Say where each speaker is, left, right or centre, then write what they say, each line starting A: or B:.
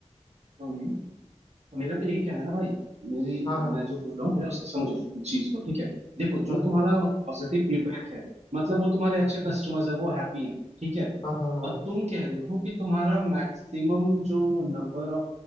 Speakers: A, on the right (about 70°); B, on the left (about 45°).
A: का मेरा तो यही कहना है ना भाई मेरी अ,
B: हाँ हाँ
A: मैं जो बोल रहा हूँ पहले उससे समझो इस चीज को ठीक है देखो जो
B: हाँ हाँ
A: तुम्हारा मतलब पॉजिटिव फीडबैक है मतलब वो तुम्हारे अच्छे कस्टमर्स है वो हैप्पी है ठीक है
B: हाँ हाँ हाँ
A: और तुम कह रहे हो कि तुम्हारा मैक्सिमम जो नंबर ऑफ